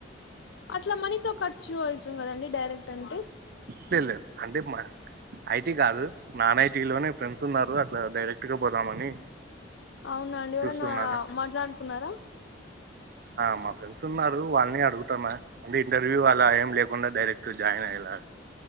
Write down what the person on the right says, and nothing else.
లే లే అంటే మ ఐటీ కాదు నాన్ ఐటీ లోనే ఫ్రెండ్స్ ఉన్నారు అట్లా డైరెక్ట్ గా పోదామని
చూస్తున్నాను
ఆ మా ఫ్రెండ్స్ ఉన్నారు వాళ్ళని అడుగుతాన్న అంటే ఇంటర్వ్యూ అలా ఏం లేకుండా డైరెక్ట్ జాయిన్ అయ్యేలా